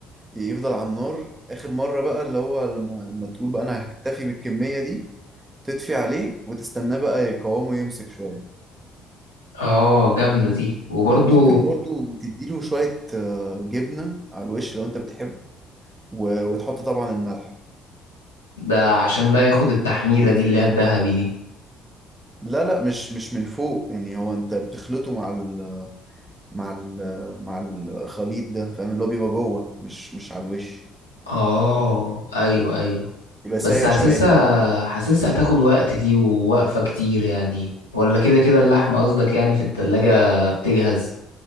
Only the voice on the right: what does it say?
يفضل على النار آخر مرة بقى اللي هو لما لما تقول بقى أنا هكتفي بالكمية دي تطفي عليه وتستناه بقى يقاومه يمسك شوية
وممكن برضو تديله شوية آه، جبنة على الوش لو أنت بتحب و- وتحط طبعا الملح
لا لا مش مش من فوق يعني هو أنت بتخلطه مع ال مع ال- مع الخليط ده فاهم اللي هو بيبقى جوه مش مش على الوش
يبقى
سايح
شويه يعني